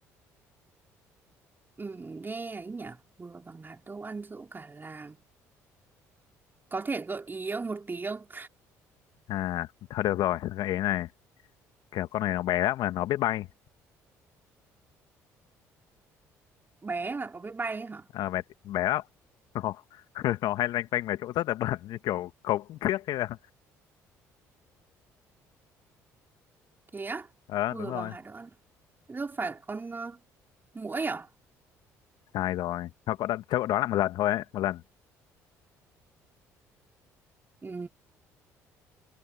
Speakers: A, on the right; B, on the left.
A: ừ, nghe ấy nhở? Vừa bằng hạt đỗ ăn dỗ cả làng. Có thể gợi ý không một tí không?
B: À, thôi được rồi, gợi ý này. Kiểu con này nó bé lắm mà nó biết bay.
A: Bé mà có biết bay ấy hả?
B: Ờ, bé, bé lắm. Nó, <laughs> nó hay loanh quanh về chỗ rất là bẩn như kiểu cống kiếp hay là...
A: Thế á?
B: Ờ,
A: Vừa
B: đúng rồi.
A: bằng hạt đỗ ăn. Thế đâu phải con ờ, muỗi à?
B: Sai rồi. Thôi cậu đã, cho cậu đoán lại một lần thôi ấy, một lần.
A: Ừ,